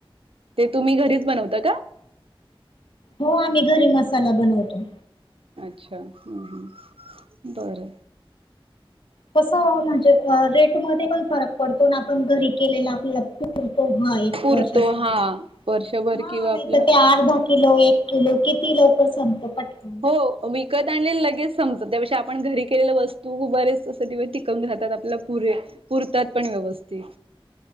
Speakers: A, on the right; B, on the left.
A: ते तुम्ही घरीच बनवता का?
B: हो आम्ही घरी मसाला बनवतो.
A: अच्छा हम्म हम्म बर
B: कस ओ म्हणजे रेट मध्ये पण फरक पडतो ना आपण घरी केलेला आपल्याला पूर तो हा एक
A: पुरतो
B: वर्षासाठी,
A: हा वर्षभर
B: हा
A: किंवा
B: नाही
A: आपल्या
B: तर ते अर्धा किलो, एक तो लो किती लवकर संपतो पटकन
A: हो विकत आणलेल लगेच संपत त्यापेक्षा आपण घरी केलेल्या वस्तू खूप बरेच असे दिवस टिकवून राहतात आपल्याला पुरे, पुरतात पण व्यवस्थित.